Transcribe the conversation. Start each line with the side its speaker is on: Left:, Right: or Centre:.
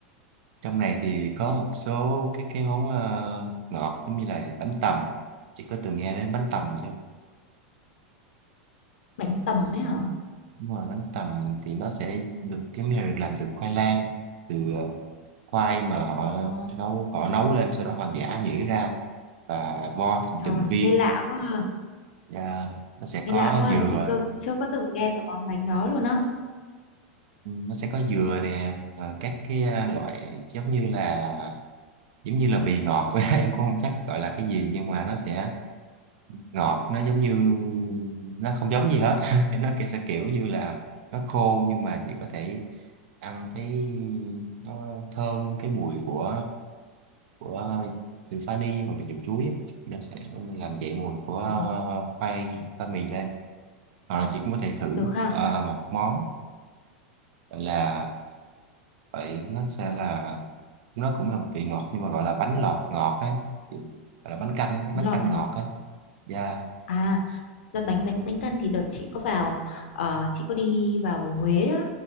Right: trong này thì có một số cái cái món ờ, ngọt giống như là bánh tằm chị có từng nghe đến bánh tằm chưa
Left: Bánh tầm ấy hả?
Right: đúng rồi bánh tằm thì nó sẽ được giống như là được làm từ khoai lang từ ờ, khoai mà họ
Left: Ờ,
Right: nấu họ nấu lên sau đó họ giã nhuyễn ra và vo thành
Left: trời,
Right: từng viên
Left: nghe lạ quá ha.
Right: Và nó sẽ
Left: Nghe
Right: có
Left: lạ quá
Right: dừa
Left: ha. Chị chưa chưa có từng nghe tới món bánh đó luôn á.
Right: nó sẽ có dừa nè và các cái ờ, loại giống như là giống như là bì ngọt <laughs> vậy đó. em cũng không chắc gọi là cái gì nhưng mà nó sẽ ngọt nó giống như nó không giống gì hết <laughs> thì nó kiểu sẽ kiểu như là nó khô nhưng mà chỉ có thể ăn cái nó thơm cái mùi của của từ vani hoặc là dùng chuối ấy. nó sẽ làm dậy mùi của
Left: Ồ,
Right: khoai khoai mì lên hoặc là chị cũng có thể thử
Left: được ha.
Right: ờ, một món gọi là vậy nó sẽ là nó cũng là một vị ngọt nhưng mà gọi là bánh lọt ngọt ấy Kiểu- gọi là bánh canh ấy, bánh
Left: Lọt
Right: canh
Left: ngọt.
Right: ngọt ấy dạ
Left: À, ra bánh bánh bánh căn thì đợt chị có vào ờ, chị có đi vào Huế á.